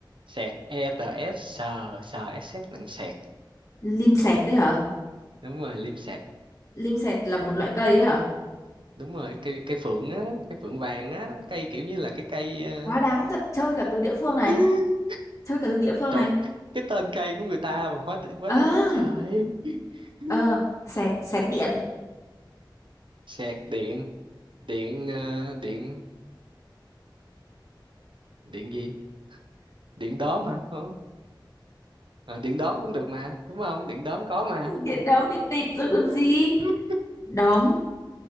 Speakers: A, on the right; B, on the left.
A: sẹt e t s sờ s s nặng sẹt
B: Lim sẹt đấy hả?
A: đúng rồi liêm sẹt
B: Lim sẹt là một loại cây ấy hả?
A: đúng rồi cây cây phượng á cây phượng vàng á cây kiểu như là cái cây ờ,
B: Quá đáng thật, chơi cả từ địa phương này,
A: <laughs>
B: chơi cả từ địa phương
A: trời
B: này.
A: cái tên cây của người ta mà hóa quá
B: À,
A: đáng trời <laughs>
B: ờ, sẹt, sẹt điện.
A: sạc điện điện ờ, điện điện gì điện đóm hả Ờ, ờ, điện đóm cũng được mà đúng không điện đóm có mà
B: Điện đóm đi tịt rồi còn
A: <laughs>
B: gì? Đóm,